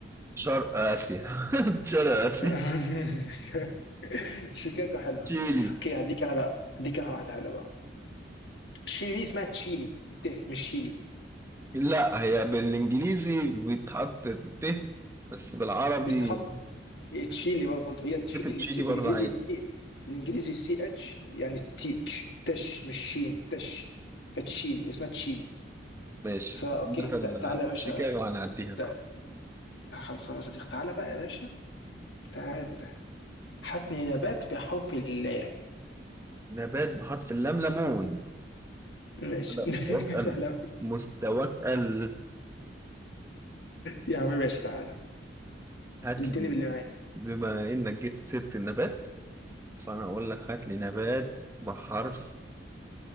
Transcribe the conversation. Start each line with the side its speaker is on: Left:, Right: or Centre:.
Right: شرق آسيا <laughs> شرق آسيا
Left: <laughs> شيكاغو حلوة
Right: شيلي
Left: اوكي هديك انا بقى هديك انا واحدة حلوة بقى شيلي دي اسمها تشيلي بالته مش شيلي
Right: لا هي بالإنجليزي بيتحط ت بس بالعربي
Left: بتتحط تشيلي برضه هي تشيلي
Right: كتب تشيلي
Left: تي- بالانجليزي
Right: برضه عادي
Left: سي بالانجليزي سي اتش يعني تيتش تش مش شين تش فتشيلي هي اسمها تشيلي
Right: ماشي
Left: فا اوكي
Right: مثلا
Left: تع- تعالى يا باشا
Right: شيكاغو هنعديها
Left: تع-
Right: صح
Left: خلصانه يا صديقي تعالى بقى يا باشا تعالى حتني نبات بحرف اللام
Right: نبات بحرف اللام ليمون
Left: ماشي
Right: لا مستواك
Left: <laughs>
Right: قل
Left: سهل أوي
Right: مستواك قل
Left: يا حبيبي ماشي تعالى
Right: هات
Left: اديني
Right: لي
Left: باللي معاك
Right: بما انك جبت سيرة النبات فانا اقول لك هات لي نبات بحرف